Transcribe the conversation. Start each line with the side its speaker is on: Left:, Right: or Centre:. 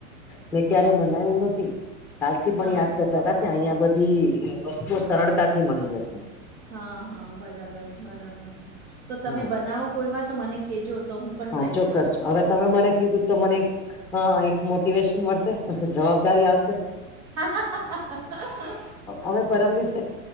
Centre: મેં ક્યારેય બનાયું નથી કાલથી પણ
Right: હા
Centre: યાદ કરતા હતા કે અહીિયાંયા બધી વસ્તુઓ સરળતાથી મળી જશે
Right: હા હા બરાબર બરાબર તો તમે
Centre: હમ
Right: બનાવો કોઈ વાર તો મને કેજો તો હું પણ
Centre: હા
Right: ટ્રાય
Centre: ચોક્કસ
Right: કરીશ
Centre: હવે તમે મને કીધું તો મને હ એક મોટિવેશન મળશે જવાબદારી આવશે
Right: <unintelligible>
Centre: અમે પરમદીશ